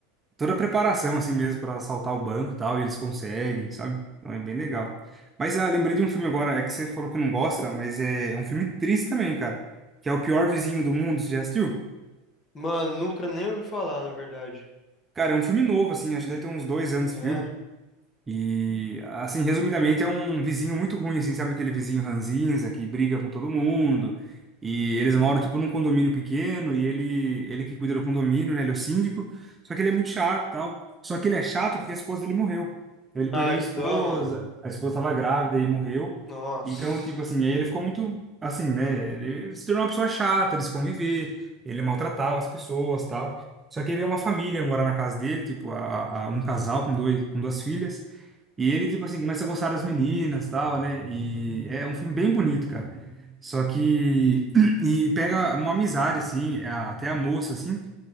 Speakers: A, on the right (about 15°); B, on the left (about 30°).
A: toda a preparação, assim mesmo, para assaltar o banco e tal, e eles conseguem, sabe? Então é bem legal. Mas ah, lembrei de um filme agora, é que você falou que não gosta, mas é, é um filme triste também, cara. Que é O Pior Vizinho do Mundo, você já assistiu?
B: Mano, nunca nem ouvi falar, na verdade.
A: Cara, é um filme novo, assim, acho que deve ter uns dois anos
B: É.
A: esse filme. E, assim, resumidamente, é um vizinho muito ruim, assim, sabe aquele vizinho ranzinza que briga com todo mundo. E eles moram, tipo, num condomínio pequeno e ele, ele que cuida do condomínio, né? Ele é o síndico. Só que ele é muito chato, tal. Só que ele é chato porque a esposa dele morreu. Então, Ele
B: Ai,
A: perdeu a esposa,
B: que dó, mano.
A: a esposa estava grávida e morreu.
B: Nossa.
A: Então, tipo assim, aí ele ficou muito, assim, né? Ele se tornou uma pessoa chata de se conviver, ele maltratava as pessoas, tal. Só que aí veio uma família morar na casa dele, tipo, a, a- um casal com dois, com duas filhas. E ele, tipo assim, começa a gostar das meninas, tal, né? E é um filme bem bonito, cara. Só que <clears throat> e pega uma amizade assim, a- até a moça assim,